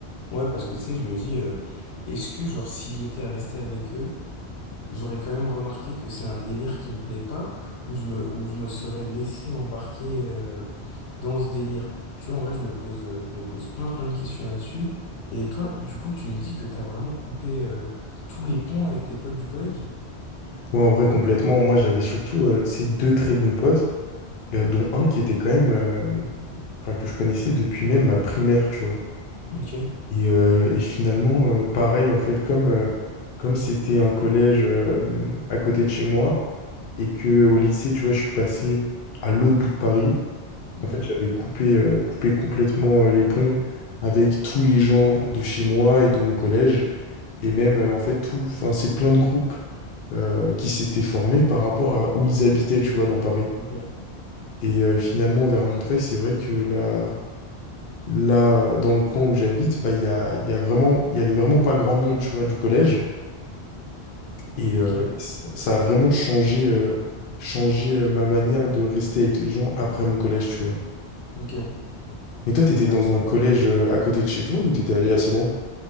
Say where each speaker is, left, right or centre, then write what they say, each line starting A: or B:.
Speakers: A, on the left; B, on the left.
A: Ouais, parce que tu sais, je me dis, euh, est-ce que genre si j'étais resté avec eux, j'aurais quand même remarqué que c'est un délire qui me plaît pas, où je me, où je me serais laissé embarquer euh, dans ce délire. Tu vois, en vrai, je me pose, euh, je me pose plein plein de questions là-dessus. Et toi, du coup, tu me dis que t'as vraiment coupé euh, tous les ponts avec tes potes du collège?
B: Ouais, en vrai, complètement. Moi, j'avais surtout euh, tu sais, deux très bons potes, euh, dont un qui était quand même, euh, enfin, que je connaissais depuis même ma primaire, tu vois.
A: Ok.
B: Et, euh, et finalement, euh, pareil, en fait, comme euh, comme c'était un collège euh, à côté de chez moi et que au lycée, tu vois, je suis passé à l'autre bout de Paris,
A: Mhm.
B: En fait, j'avais coupé, euh, coupé complètement euh, les ponts avec tous les gens de chez moi et de mon collège. Et même, euh, en fait, tout, enfin, c'est plein de groupes euh, qui s'étaient formés par rapport à où ils habitaient, tu vois, dans Paris.
A: Ok.
B: Et euh, finalement, vers Montreuil, c'est vrai que là, là, euh, dans le coin où j'habite, bah, il y a, il y a vraiment, il y avait vraiment pas grand monde, tu vois, du collège. Et,
A: Ok.
B: euh, et ça, ça a vraiment changé, euh, changé euh, ma manière de rester avec les gens après mon collège, tu vois.
A: Ok.
B: Mais toi, t'étais dans
A: Ouais.
B: un collège euh, à côté de chez toi ou t'étais allé assez loin?